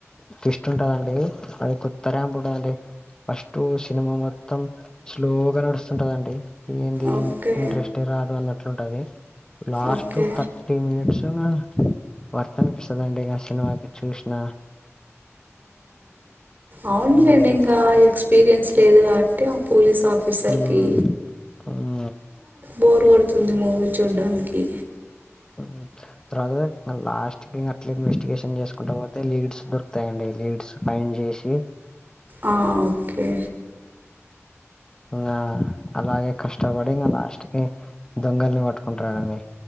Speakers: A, on the left (about 15°); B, on the right (about 40°).
A: ట్విస్ట్ ఉంటదండి అది కొత్త ర్యాంపుంటదండి, ఫస్ట్ సినిమా మొత్తం స్లోగా నడుస్తుంటదండి, ఏంది
B: ఓకే
A: ఇంట్రెస్ట్ రాదు అన్నట్లుంటది లాస్ట్
B: ఓకే
A: త టీ మినిట్సున వర్తనిపిస్తదండి ఇ సినిమాకి చూసిన,
B: అవునులేండి
A: ఉమ్,
B: ఇంగ ఎక్స్పీరియన్స్ లేదు కాబట్టి అ పోలీస్ ఆఫీసర్కి,
A: ఉమ్ ఉమ్
B: బోర్ కోడుతుంది మూవీ చూడ్డానికి,
A: అ తర్వాత లాస్ట్ కి అట్లా ఇన్వెస్టిగేషన్ చేసుకుంట పోతే లీడ్స్ దొరుకుతాయండి, లీడ్స్ మైన్ చేసి
B: ఆ ఓకే
A: ఇంగ అలాగే కష్టపడి ఇంగ లాస్ట్ కి దొంగల్ని పట్టుకుంటాడండి,